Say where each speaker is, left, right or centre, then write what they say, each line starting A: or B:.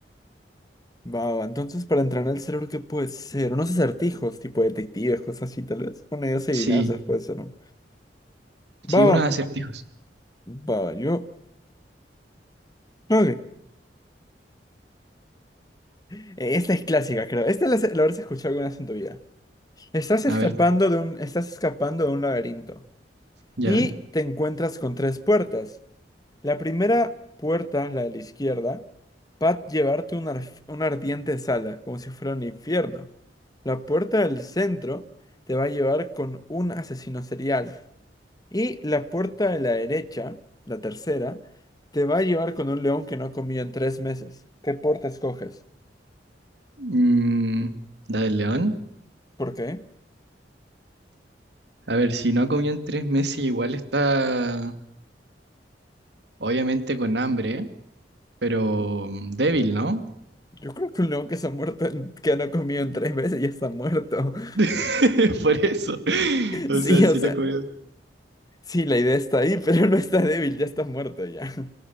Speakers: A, on the left (about 20°); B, on the right (about 70°).
A: Va, va, entonces para entrenar el cerebro, ¿qué puede ser? Unos acertijos, tipo detectives, cosas así, tal vez. Bueno, ideas y adivinanzas
B: Sí,
A: puede ser. ¿no?
B: sí,
A: Va,
B: unos
A: va,
B: acertijos.
A: va, va, yo... Ok, Eh, esta es clásica, creo. Esta la, la habrás escuchado alguna vez en tu vida. Estás escapando
B: A ver,
A: de un, estás escapando de un laberinto
B: ya.
A: y te encuentras con tres puertas. La primera puerta, la de la izquierda, va a llevarte a una, arf- una ardiente sala, como si fuera un infierno. La puerta del centro te va a llevar con un asesino serial. Y la puerta de la derecha, la tercera, te va a llevar con un león que no ha comido en tres meses. ¿Qué puerta escoges?
B: Mm, la del león.
A: ¿Por qué?
B: A ver, si no ha comido en tres meses, igual está obviamente con hambre, ¿eh? pero mm, débil, ¿no?
A: Yo creo que un león que se ha muerto, en- que no ha comido en tres meses ya está muerto. <laughs>
B: <laughs> Por eso. <laughs> O
A: Sí,
B: sea, si
A: o sea,
B: no he comido.
A: sí, la idea está ahí, pero no está débil, ya está muerto ya.